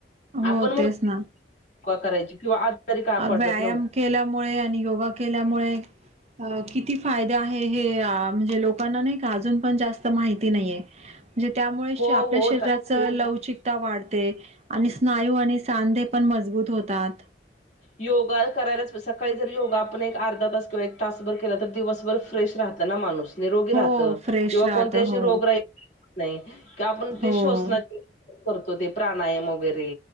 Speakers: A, on the right; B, on the left.
A: हो
B: आपण म्हणतो
A: तेच ना
B: करायची किंवा आजारी का पडत
A: व्यायाम
B: नव्हती
A: केल्यामुळे आणि योगा केल्यामुळे अ किती फायदे आहे हे म्हणजे लोकांना नाही का अजून पण जास्त माहिती नाहीये म्हणजे त्यामुळे
B: हो
A: आपल्या
B: हो
A: शरीरात लवचिकता वाढते आणि स्नायू आणि सांधे पण मजबूत होतात.
B: योगा करायलाच सकाळी जर योगा आपण एक अर्धा तास किंवा एक तासभर केला तर दिवसभर फ्रेश राहत ना माणूस निरोगी राहत
A: हो फ्रेश
B: किंवा
A: राहत
B: कोणते अशी
A: हो
B: रोग राही होत नाही किंवा आपण ते
A: हो.
B: शोसनाचे करतो ते प्राणायाम वगैरे